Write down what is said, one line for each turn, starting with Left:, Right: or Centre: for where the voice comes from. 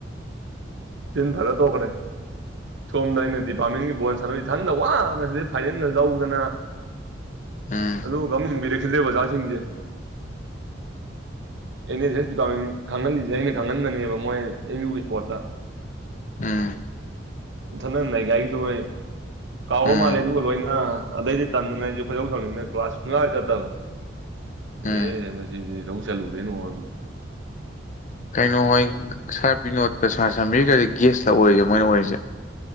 Right: ꯇꯤꯟ ꯐꯔ ꯇ‌ꯣꯛꯈ꯭ꯔ‌ꯦ ꯁꯣꯝꯗ ꯑꯩꯅ ꯗꯤꯄꯥꯔꯠꯃꯦꯟꯒꯤ ꯕꯣꯟ ꯁꯥꯟꯅꯕ ꯏꯊꯟꯗ ꯋꯥꯅ ꯁꯤꯗ ꯐꯥꯏꯅ‌ꯦꯜꯒ ꯂꯧꯗꯅ
Left: ꯎꯝ
Right: ꯑꯗꯨꯒ ꯑꯝ ꯌ‌ꯦꯡꯕꯤꯔꯛꯈꯤꯗ꯭ꯔꯦ ꯑꯣꯖꯥꯁꯤꯡꯁꯦ ꯑꯦꯟ ꯑꯦꯁ ꯑꯦꯁ ꯗꯤꯄꯥꯔꯠꯃꯦꯟ ꯈꯪꯍꯜꯂꯤꯖ‌ꯦ ꯑꯩꯅ ꯈꯪꯍꯟꯕꯅꯦꯕ ꯃꯣꯏ ꯑꯦꯝ ꯌꯨꯒꯤ ꯏꯁ꯭ꯄꯣꯔꯠꯇ
Left: ꯎꯝ
Right: ꯏꯊꯟꯅ ꯅꯩꯒꯥꯏꯒꯤꯗꯣꯍ‌ꯦ ꯀꯥꯎꯈ꯭ꯔ
Left: ꯎꯝ
Right: ꯃꯥꯜꯂꯦ ꯑꯗꯨꯒ ꯂꯣꯏꯅ ꯑꯗꯩꯗꯤ ꯇꯟꯗꯅ ꯑꯩꯖꯨ ꯈꯣꯏꯗꯧ ꯁꯧꯅꯤꯡꯗꯅ ꯀ꯭ꯂꯥꯁ ꯁꯨꯡꯆꯠ ꯆꯠꯇꯕꯟ ꯑꯦꯍ‌ꯦ
Left: ꯎꯝ
Right: ꯃꯁꯤꯗꯤ ꯀꯩꯗꯧ ꯆꯠꯂꯨꯗꯩꯅ‌ꯣꯟ
Left: ꯀꯩꯅꯣ ꯍꯣꯏ ꯁꯥꯔ ꯕꯤꯅꯣꯠꯀ ꯁꯥꯔ ꯁꯝꯕꯤꯔꯒꯗꯤ ꯒꯦꯁꯂ ꯑꯣꯏꯔꯤꯁꯦ ꯃꯣꯏꯅ ꯑꯣꯏꯔꯤꯁꯦ